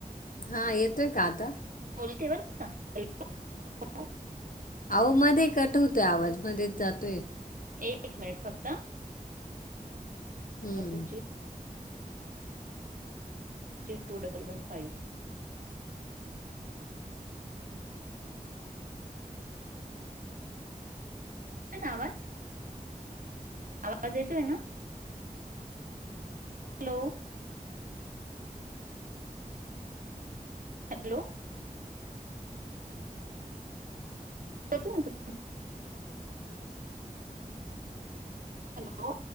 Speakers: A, on the left; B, on the right.
A: हा येतोय का आता?
B: बोलते बर का, हॅलो हो.
A: अहो मध्ये कट होतोय आवाज मध्येच जातोय.
B: एक मिनिट फक्त. Five
A: hmm.
B: Three two double one five. येतोय ना आवाज? आवाज येतोय ना? हॅलो. हॅलो. <unintelligible> हॅलो.